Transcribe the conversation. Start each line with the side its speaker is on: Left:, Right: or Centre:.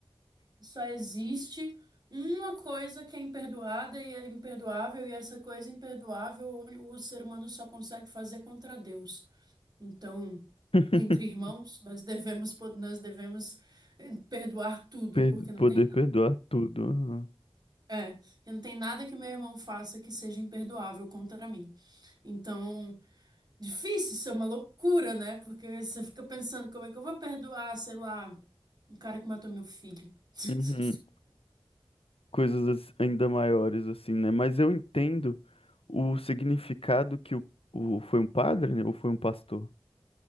Right: Só existe uma coisa que é imperdoada e é imperdoável, e essa coisa imperdoável o o ser humano só consegue fazer contra Deus. Então,
Left: <laughs>
Right: entre irmãos, nós devemos, po- nós devemos eh, perdoar tudo,
Left: Per-
Right: porque não
Left: poder
Right: tem nada.
Left: perdoar tudo. aham.
Right: É, porque não tem nada que meu irmão faça que seja imperdoável contra mim. Então, difícil, isso é uma loucura, né? Porque você fica pensando como é que eu vou perdoar, sei lá, um cara que matou meu filho. <laughs>
Left: Uhum. Coisas ass- ainda maiores, assim, né? Mas eu entendo o significado que o, o foi um padre, né? Ou foi um pastor?